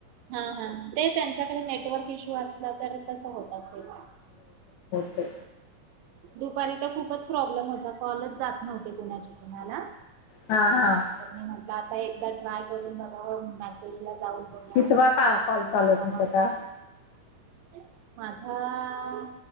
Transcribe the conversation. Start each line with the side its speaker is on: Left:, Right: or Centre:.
Right: हा हा ते त्यांच्याकडे नेटवर्क इश्यू असला तर तस होत असेल.
Left: ते
Right: दुपारी तर खूपच प्रॉब्लेम होता कॉलच जात नव्हते कुणाचे, कुणाला
Left: हा, हा
Right: तर मी म्हटलं आता एकदा ट्राय करून बघा मेज ला. जाऊ कोणी आहे
Left: कितवा
Right: का
Left: कॉल चालू
Right: रिकामा
Left: आहे तुमचा
Right: आहे
Left: आता?
Right: का हा